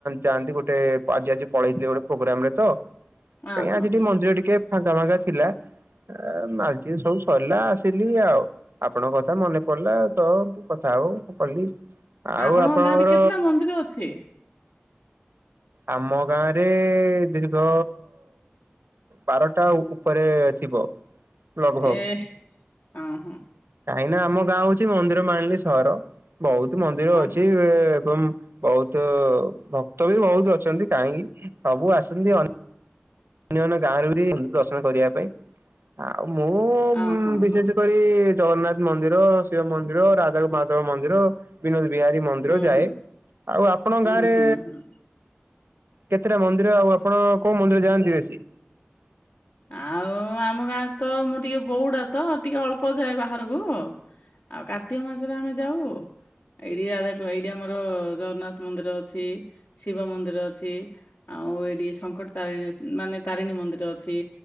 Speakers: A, on the right; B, on the left.
A: ଯାଆନ୍ତି ଗୋଟେ ଆଜି ଆଜି ପଳେଇଥିଲେ ଗୋଟେ ପ୍ରୋଗ୍ରାମ୍ ରେ ତ।
B: ଅ
A: ପାଇଁ
B: ହଁ
A: ଆଜି
B: ହଁ
A: ଟିକେ ମନ୍ଦିର ଟିକେ ଫାଙ୍କା ଫାଙ୍କା ଥିଲା। ଏ ମାଘେ ସବୁ ସରିଲା ଆସିଲି ଆଉ। ଆପଣଙ୍କ କଥା ମନେ ପଡିଲା ତ କଥା ହଉ କଲି। ଆଉ
B: ଆପଣଙ୍କ
A: ଆପଣଙ୍କର
B: ଗାଁ ରେ କେତେଟା ମନ୍ଦିର ଅଛି?
A: ଆମ ଗାଁରେ ଦୀର୍ଘ ବାରଟା ଉପରେ ଥିବ। ଲଗଭଗ
B: ଏ ହେ ଓହୋ।
A: କାହିଁକି ନା ଆମ ଗାଁ ହଉଚି ମନ୍ଦିର ମାଳିନୀ ସହର। ବହୁତ୍ ମନ୍ଦିର
B: ହଁ
A: ଅଛି।
B: ହଁ
A: ଏବଂ ବହୁତ ଭକ୍ତ ବି ବହୁତ୍ ଅ ଛନ୍ତି କାହିଁକି ସବୁ ଆସନ୍ତି। ଅ ଅନ୍ୟନ୍ୟ ଗାଁରେ ବି ଦର୍ଶନ କରିଆ ପାଇଁ। ଆଉ ମୁଁ
B: ଅ ହଁ
A: ବିଶେଷ
B: ହଁ
A: କରି ସେଠି ଜଗନ୍ନାଥ ମନ୍ଦିର ଶିବ ମନ୍ଦିର ରାଧାକୁ ମ ହାଦେବ ମନ୍ଦିର। ବିନୋଦ ବିହାରୀ ମନ୍ଦିର
B: ହୁଁ
A: ଯାଏ।
B: ହୁଁ
A: ଆଉ ଆପଣଙ୍କ
B: ହୁଁ
A: ଗାଁରେ
B: ହୁଁ ହୁଁ।
A: କେତେଟା ମନ୍ଦିର ଆଉ ଆପଣ କୋଉ ମନ୍ଦିର ଯାଆନ୍ତି ବେଶୀ?
B: ଆଉ ଆମ ଗାଁ ତ ମୁଁ ଟିକେ ବଉଡା ତ ଟିକେ ଅଳ୍ପ ଯାଏ ବାହାରକୁ। ଆଉ କାର୍ତ୍ତିକ ମାସରେ ଆମେ ଯାଉ। ଏଇଠିକା ଏଇଠି ଆମର ଜଗନ୍ନାଥ ମନ୍ଦିର ଅଛି। ଶିବ ମନ୍ଦିର ଅଛି। ଆଉ ଏଇଠି ସଙ୍କଟ ତାରିଣୀ ମାନେ ତାରିଣୀ ମନ୍ଦିର ଅଛି।